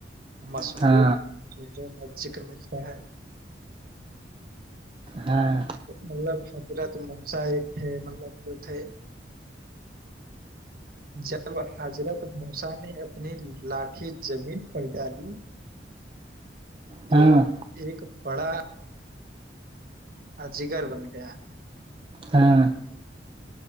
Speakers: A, on the right (about 50°); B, on the right (about 30°).
A: مشوروں
B: ہاں
A: کا ذکر ملتا ہے
B: ہاں
A: مطلب حضرت ماسہ ایک تھے مطلب جو تھے جا جب حضرت موسا نے اپنی لاٹھی زمین پر ڈالی تو
B: ہاں
A: ایک بڑا جگر بن گیا
B: ہاں